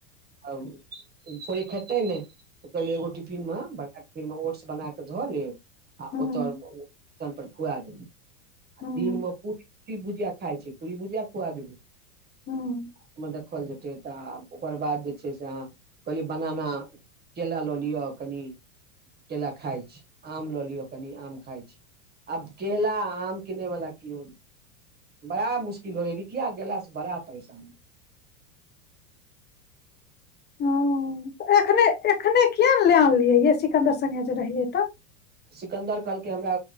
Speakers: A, on the right; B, on the left.
A: <unintelligible> री खेतै नय कहलियै एगो टिफिन मे बड़का टिफिन मे ओट्स बना क धऽ लेब आ
B: हुँ,
A: ओत पर खुआ देबै आ
B: हुँ,
A: दिनमे पूरी भुजिया खाइ छै पूरी भुजिया खुआ देबै
B: हूँ
A: ओहिमे देखल जेतै तऽ आ ओकर बाद जे छै से अह कहलिय बनाना केला लऽ लिअ कनि केेला खाय छी आम लऽ लियो कनि आम खाय छी आब केला आम किने वाला कीयो नै बड़ा मुश्किल होे रिकिया गेला सऽ बड़ा परेशान
B: हूं त एखने एखने किया ने लेऽ अनलियै सिकन्दर संगे जे रहियै तऽ
A: सिकन्दर कहलकै हमरा